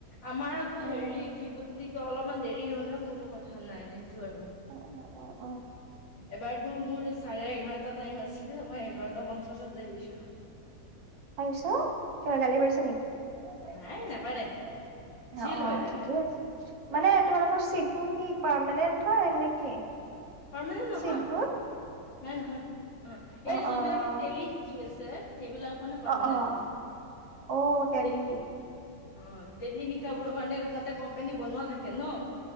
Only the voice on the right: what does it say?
অ',
অ অ অ।
তাৰপিছত কিবা গালি পৰিছে নেকি?
অ' অ'
ঠিকে আছে মানে তোমালোকৰ চিট বোৰ কি পাৰমানেন্ট হয় নে কি
চিটবোৰ
অ',
অ',
অ', অ',
অ', টেলি